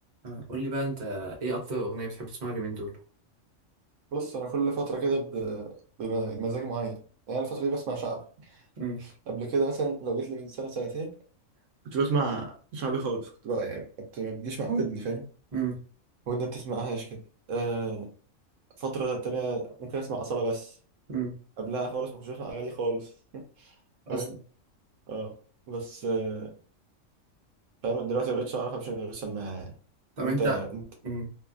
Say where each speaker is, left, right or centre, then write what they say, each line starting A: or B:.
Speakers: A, on the right; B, on the right.
A: آه، قول لي بقى انت ايه اكتر اغنيه بتحب تسمعها اليومين دول
B: بص انا كل فتره كده ب- بمزاج معين يعني أنا الفتره دي بسمع شعب
A: امم
B: قبل كده مثلا لو جيت لي من سنه سنتين كنت بسمع شعبي خالص كنت بقى يعني كنت ما بتجيش مع ودني فاهم
A: امم
B: ودني ما بتسمعهاش كده آه فتره تانية ممكن اسمع اصاله بس
A: امم
B: قبلها خالص ما كنتش بسمع اغاني خالص <laughs> فاهم
A: اصلا
B: اه بس آه فاهم دلوقتي ما بقتش اعرف امشي من غير سماعه يعني
A: طب
B: انت
A: انت
B: انت
A: لا امم